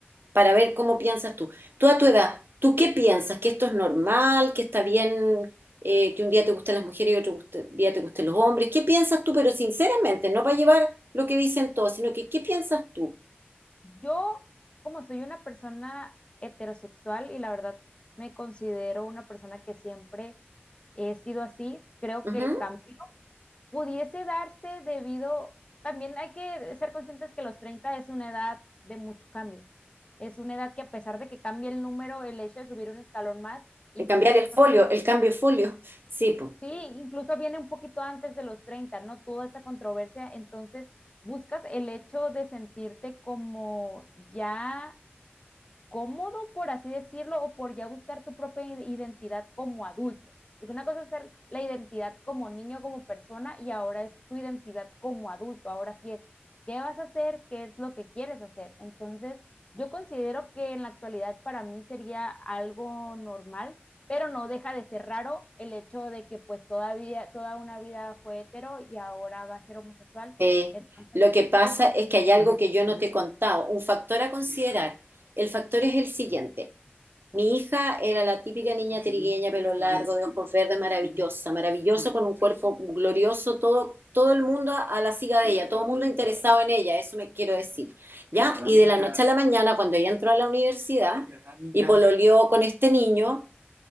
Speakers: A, on the right; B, on the left.
A: para ver cómo piensas tú, tú a tu edad, ¿tú qué piensas? ¿Que esto es normal? ¿Que está bien eh, que un día te gusten las mujeres y otro guste- día te gusten los hombres? ¿Qué piensas tú? Pero sinceramente, no para llevar lo que dicen todos, sino que ¿qué piensas tú?
B: yo, como soy una persona heterosexual y la verdad me considero una persona que siempre he sido así, creo
A: Ujú.
B: que el cambio pudiese darse debido, también hay que ser conscientes que los 30 es una edad de mucho cambio. Es una edad que a pesar de que cambie el número, el hecho de subir un escalón más, incluso
A: El cambiar
B: yo
A: el folio,
B: creo,
A: el cambio de folio. Sí, pues.
B: sí, incluso viene un poquito antes de los treinta ¿no? Toda esa controversia, entonces buscas el hecho de sentirte como ya cómodo, por así decirlo, o por ya buscar tu propia identidad como adulto. Porque una cosa es ser la identidad como niño, como persona, y ahora es tu identidad como adulto. Ahora sí es qué vas a hacer, qué es lo que quieres hacer. Entonces, yo considero que en la actualidad para mí sería algo normal, pero no deja de ser raro el hecho de que pues todavía, toda una vida fue hetero y ahora va a ser homosexual.
A: Eh,
B: Entonces,
A: lo que pasa
B: eso
A: es que hay algo que yo no te he contado, un factor a considerar. El factor es el siguiente. Mi hija era la típica niña trigueña, pelo largo, de ojos verdes, maravillosa, maravillosa, con un cuerpo glorioso, todo, todo el mundo a la siga de ella, todo el mundo interesado en ella, eso me quiero decir. ¿Ya? Y de la noche a la mañana, cuando ella entró a la universidad y pololeó con este niño,